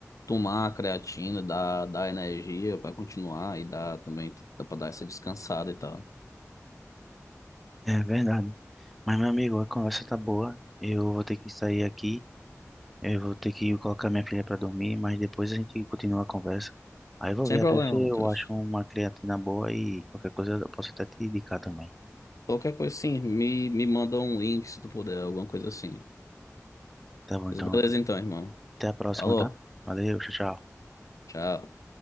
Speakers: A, on the left; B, in the centre.
A: tomar a creatina dá, dá energia para continuar e dá também dá para dar essa descansada e tal.
B: É verdade. Mas, meu amigo, a conversa tá boa. Eu vou ter que sair aqui. Eu vou ter que colocar minha filha para dormir, mas depois a gente continua a conversa. Aí eu vou
A: Sem
B: ver
A: problema,
B: até se
A: Matheus.
B: eu acho uma creatina boa e qualquer coisa eu posso até te indicar também.
A: Qualquer coisa assim, me, me manda um link se tu puder, alguma coisa assim.
B: Tá bom,
A: Mas
B: então
A: Beleza
B: até
A: então, irmão.
B: a próxima,
A: Falou,
B: tá? Valeu, tchau, tchau.
A: tchau.